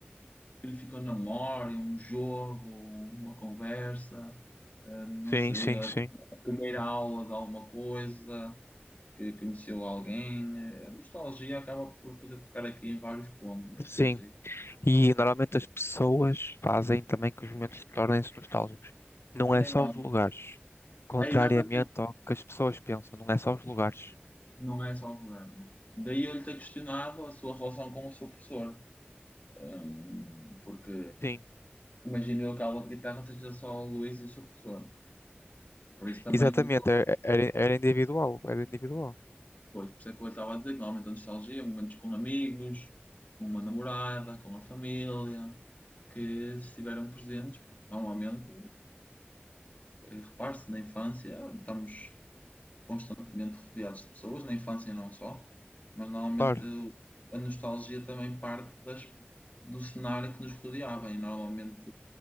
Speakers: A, on the left; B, on the left.
A: que lhe ficou na memória, um jogo, uma conversa, ah, não
B: Sim,
A: sei,
B: sim,
A: a
B: sim.
A: primeira aula de alguma coisa. que conheceu alguém. eh, A nostalgia acaba por poder tocar aqui em vários pontos,
B: Sim.
A: não sei.
B: E normalmente as pessoas fazem também que os momentos tornem-se nostálgicos. Não
A: Nem
B: é só
A: mais.
B: os lugares. Contrariamente
A: É exatamente,
B: ao que as pessoas pensam, não é só os lugares.
A: não é só o governo. Daí eu lhe ter questionado a sua relação com o seu professor, hum, porque
B: Sim,
A: imagino eu que a aula de guitarra seja só o Luís e o seu professor. Por isso também,
B: exatamente.
A: depois,
B: Era, era- era individual. Era individual.
A: por isso é que eu estava a dizer que normalmente a nostalgia, é momentos com amigos, com uma namorada, com a família, que estiveram presentes, porque normalmente, eh, repare-se, na infância estamos constantemente rodeados de pessoas, na infância e não só, mas normalmente
B: Claro,
A: a nostalgia também parte das, do cenário que nos rodeava e normalmente